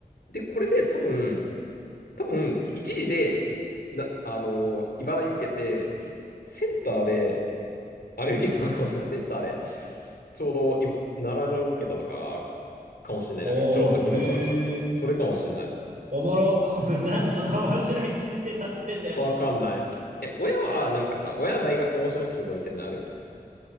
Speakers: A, on the left; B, on the right.
A: で、これで多分、多分、一時で、な、あのー、茨城受けて、センターで、あれ受けたのかもしれない。センターで、ちょうどいば、奈良城受けたとか、かもしれない。
B: あ
A: なんか、ちょろっと聞いたことあるから。
B: あ、へえ。
A: それかもしれない。
B: おもろ。<laughs> なんでそんな面白い人生たどってんだよ。
A: わかんない。え、親は、なんかさ、親は大学面白いエピソードみたいなのある